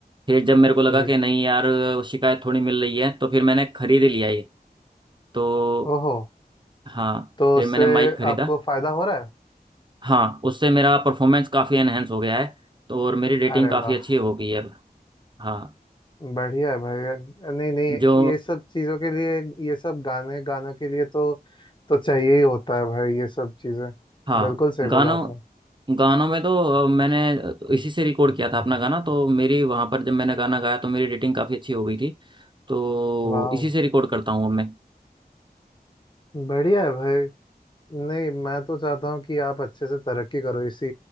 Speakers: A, on the right; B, on the left.
A: फिर जब मेरे को लगा
B: जी
A: कि नहीं यार शिकायत थोड़ी मिल रही है तो फिर मैंने खरीद ही लिया ये तो
B: ओहो
A: हाँ
B: तो
A: फिर
B: उससे
A: मैंने माइक खरीदा
B: आपको फायदा हो रहा है
A: हाँ उससे मेरा परफॉर्मेंस काफ़ी एनहेंस हो गया है तो और मेरी रेटिंग
B: अरे
A: काफ़ी
B: वाह
A: अच्छी हो गई है अब हाँ
B: बढ़िया है भाई नहीं नहीं
A: जो
B: ये सब चीज़ों के लिए ये सब गाने गानों के लिए तो तो चाहिए ही होता है भाई ये सब चीज़ें
A: हाँ
B: बिल्कुल सही
A: गानों
B: बोला आपने
A: गानों में तो अ, मैंने अ, इसी से रिकॉर्ड किया था अपना गाना तो मेरी वहाँ पर जब मैंने गाना गाया तो मेरी रेटिंग काफ़ी अच्छी हो गई थी तो
B: वाह
A: इसी से रिकॉर्ड करता हूँ अब मैं
B: बढ़िया है भाई नहीं मैं तो चाहता हूँ कि आप अच्छे से तरक्की करो इसी